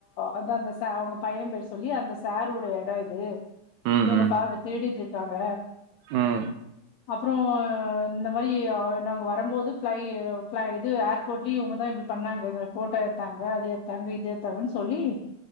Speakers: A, on the left (about 70°); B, on the right (about 75°).
A: அதா இந்த ச அவங்க பைய பேரு சொல்லி அந்த சாரோட இடம் இது
B: ம்
A: இவங்க
B: ம்
A: பாருங்க திருடிட்ருக்காங்க
B: ம்
A: அப்றம் இந்த மாரி நாங்க வரம்போது ப்ளை இது ஏர்போட்லியும் முத இப்டி பண்ணாங்க போட்டோ எத்தாங்க அது ஏத்தாங்க இது ஏத்தாங்கன் சொல்லி